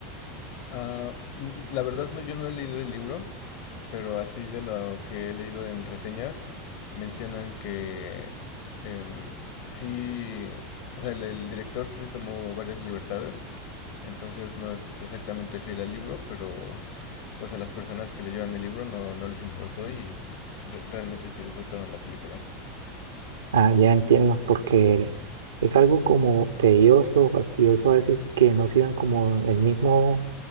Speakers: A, on the left (about 60°); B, on the right (about 75°).
A: Ah, n- la verdad no, yo no he leído el libro, pero así de lo que he leído en reseñas, mencionan que em, sí, o sea, el, el director sí se tomó varias libertades, entonces no es exactamente fiel al libro, pero pues a las personas que leyeron el libro no, no les importó y re- realmente sí disfrutaron la película.
B: Ah, ya entiendo, porque es algo como tedioso, fastidioso a veces que no sigan como el mismo,